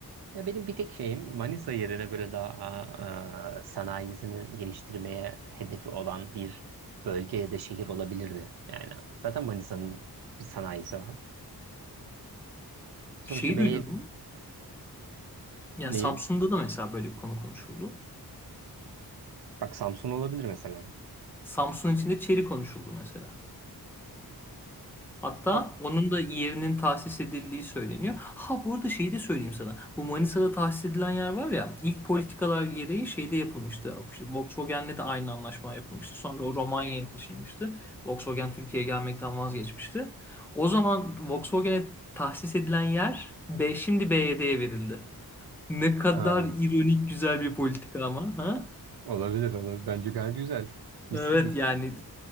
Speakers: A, on the right; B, in the centre.
A: Ya benim bir tek şeyim Manisa yerine böyle daha aa, sanayisini geliştirmeye hedefi olan bir bölge ya da şehir olabilirdi. Yani zaten Manisa'nın bir sanayisi var. Sonuçta
B: Şeyi
A: B'ye
B: duydun mu? Yani
A: neyim?
B: Samsun'da da mesela böyle bir konu konuşuldu.
A: Bak Samsun olabilir mesela.
B: Samsun içinde çeri konuşuldu mesela. Hatta
A: Ab-
B: onun da yerinin tahsis edildiği söyleniyor. Ha bu arada şeyi de söyleyeyim sana. Bu Manisa'da tahsis edilen yer var ya ilk politikalar gereği şeyde yapılmıştı. İşte Volkswagen'le de aynı anlaşma yapılmıştı. Sonra o Romanya'ya taşınmıştı. Volkswagen Türkiye'ye gelmekten vazgeçmişti. O zaman Volkswagen'e tahsis edilen yer B, şimdi BYD'ye verildi. Ne kadar
A: Aa,
B: ironik güzel bir politika ama. Ha?
A: olabilir olabilir. Bence gayet güzel. Mis
B: Evet
A: gibi işte.
B: yani